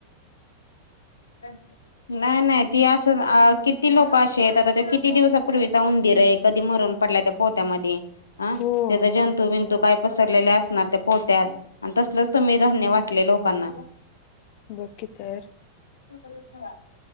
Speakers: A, on the left; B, on the left.
A: हम. नाही नाही ती असं किती लोकं अशे आहेत आता ते किती दिवसापूर्वीचा उंदीर आहे कधी मरून पडल्या त्या पोत्यामध्ये अ
B: हो
A: त्याचा जंतू बंतू काय. पसरलेले असणार ते पोहत्यात आणि तसलच तुम्ही धान्य वाटले लोकांना.
B: बकी तर.
A: बरोबर.